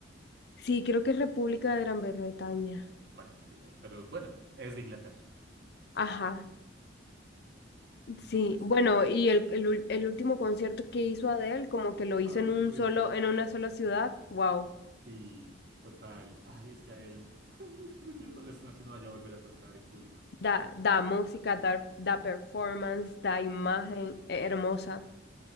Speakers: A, on the left; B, on the right.
A: sí, creo que es República de Gran Bretaña.
B: Bueno, no tengo idea, pero bueno, es de Inglaterra.
A: Ajá.
B: Entonces,
A: Sí, bueno, y el, el, ul- el último concierto que hizo Adele, como que lo
B: <laughs>
A: hizo
B: ay,
A: en un
B: qué triste.
A: solo, en una sola ciudad, wow,
B: Sí, total. Ay, es que Adele <laughs> es preciosa. Lástima que no vaya a volver a tocar en público.
A: da, da música, da, da performance, da imagen, eh, hermosa,